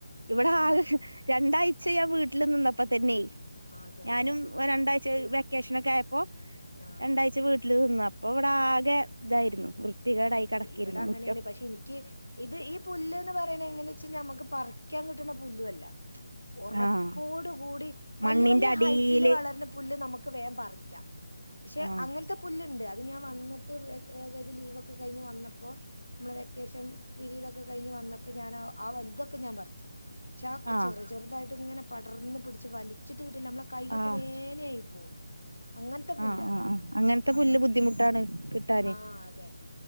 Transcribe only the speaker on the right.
ഇവടെ ആകെ
രണ്ടാഴ് ചെയ്യാൻ വീട്ടില് നിന്നപ്പോ തന്നെയ്
ഞാനും രണ്ടാ വെക്കേഷനൊക്കെ ആയപ്പോ
രണ്ടാഴ്ച്ച വീട്ടില് നിന്നു അപ്പോ ഇവിടെ ആകെ ഇതായിരുന്നു വൃ വൃത്തികേടായി കിടക്കേരുന്നു
മു
ആഹ്
മണ്ണിന്റെ
അടിയില്
ആഹ്
ആഹ്
ആഹ്
ആഹ് ആ ആ അങ്ങനത്തെ
പുല്ല് ബുദ്ധിമുട്ടാണ് കിട്ടാനെ